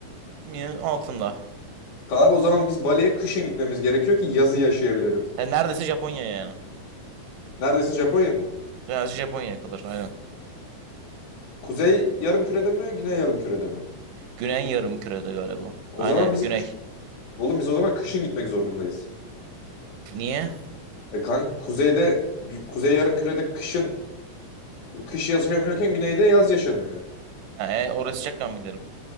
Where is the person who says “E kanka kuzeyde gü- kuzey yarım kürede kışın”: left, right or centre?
Left